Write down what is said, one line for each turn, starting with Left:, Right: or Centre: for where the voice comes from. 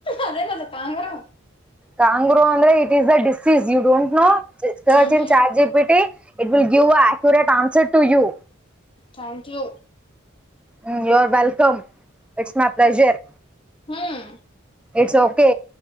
Left: ಅದೇನಲ್ಲ ಕಾಂಗ್ರಾ
Centre: ಕಾಂಗ್ರೋ ಅಂದ್ರೆ it is the disease you don't know ಸ
Left: ಹ್ಮ್
Centre: ಚನ್
Left: ಹ್ಮ್
Centre: chat G P T it will give a accurate answer to you
Left: thank you
Centre: hmm you are welcome it's my pleasure
Left: hmm
Centre: it's K